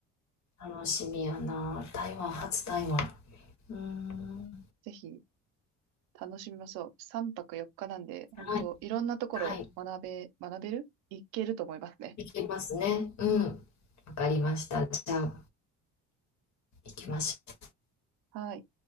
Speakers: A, on the left; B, on the right.
A: 楽しみやな。台湾、初台湾。うーん。
B: ぜひ楽しみましょう。3泊4日なんで、本当いろんなところ学べ、
A: はい。はい。
B: 学べるいけると思いますね。
A: 行きますね。うん。わかりました。じゃあ、行きましょう。
B: はい。